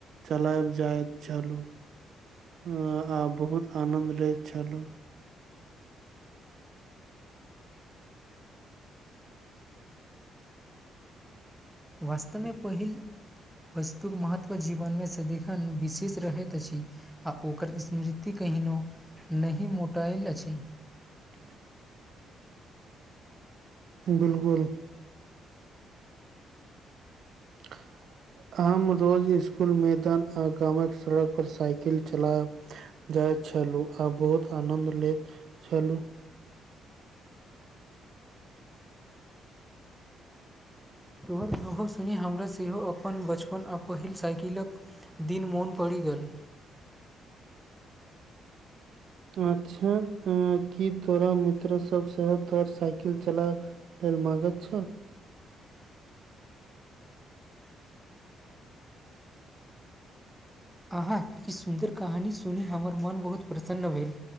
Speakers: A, on the right; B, in the centre.
A: कैल आईबी जाइब चलुछलु आ बहुत आनन्द लैत छलु
B: वास्तमे पहिल वस्तु महत्व जीवनमे सदिखन विशेष रहैत अछि आ ओकर स्मृति कहिनो नहि मोटायल अछि
A: <inaudible> बिलकुल <inaudible> हम रोज स्कुल मैदान आ गामक सड़क पर साइकिल चलैब जाइत छलु आ बहुत आन्नंद लैत छलु
B: तोहर अनुभव सुनी हमरा सेहो अपन बचपन आ पहिल साइकिलक दिन मोन पड़ि गेल
A: त अच्छा ह की तोरो मित्र सब सेहो तोर साइकिल चलाउ ह म ग छ
B: अहाँ ई सुन्दर कहानी सुनी हमर मोन बहुत प्रसन्न भेल